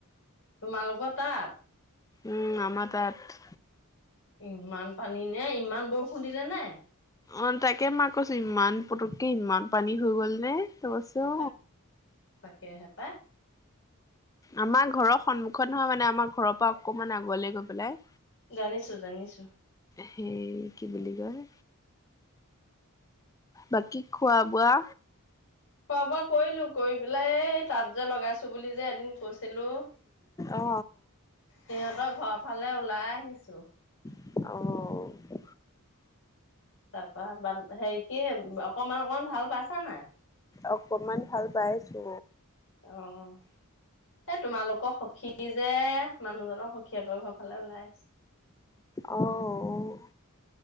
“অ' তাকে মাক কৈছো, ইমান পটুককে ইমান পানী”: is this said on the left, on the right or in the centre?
Left